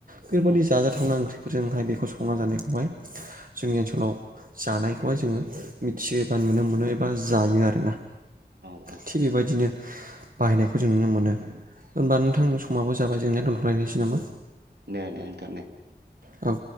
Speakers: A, on the right (about 55°); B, on the right (about 75°).
A: बेफोरबायदि
B: औ
A: जाजाथावना ओंख्रिफोरजोंहाय बेखौ संना जानायखौहाय जोंनि ओनसोलाव जानायखौहाय जोङो मिथियोबा नुनो मोनो एबा जायो आरोोना
B: औ औ
A: थिग बेबायदिनो बाहायनायखौ जों नुनो मोनो। होनबा नोंथांनि समाबो जाबाय जोंनाय दोनथ'लायनोसै
B: नंगौ
A: नामा?
B: दे दे नोंथां दे
A: औ